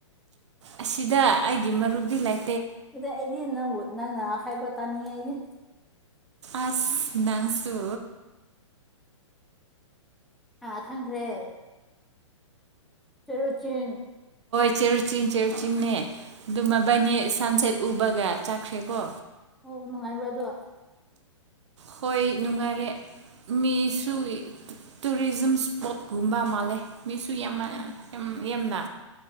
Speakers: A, on the right; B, in the centre.
A: ꯑꯁꯤꯗ ꯑꯩꯒꯤ ꯃꯔꯨꯞꯗꯤ ꯂꯩ
B: ꯑꯗꯨꯗꯩ ꯑꯩꯗꯤ ꯅꯪꯕꯨ ꯅꯪꯅ ꯍꯥꯏꯕ ꯇꯥꯅꯤꯡꯉꯦ ꯑꯩꯗꯤ
A: ꯑꯁ ꯅꯪꯁꯨ
B: ꯑ ꯈꯪꯈ꯭ꯔꯦ ꯄꯦꯔꯣꯠ ꯆꯤꯟ
A: ꯆꯦꯔꯥꯎ ꯆꯤꯡ ꯆꯦ ꯆꯤꯡꯅꯦ ꯑꯗꯨ ꯃꯕꯥꯅꯤ ꯁꯟꯁꯦꯠ ꯎꯕꯒ ꯆꯪꯈ꯭ꯔꯦꯀꯣ
B: ꯑꯣ ꯃꯪꯉꯥꯏꯕ꯭ꯔꯥ ꯑꯗꯣ
A: ꯍꯣꯏ ꯅꯨꯡꯉꯥꯏꯔꯦ ꯃꯤꯁꯨ ꯇꯨꯔꯤꯖꯝ ꯏꯁꯄꯣꯠꯀꯨꯝꯕ ꯃꯥꯜꯂꯦ ꯃꯤꯁꯨ ꯌꯥꯝꯃ
B: ꯎꯝ
A: ꯌꯥꯝꯅ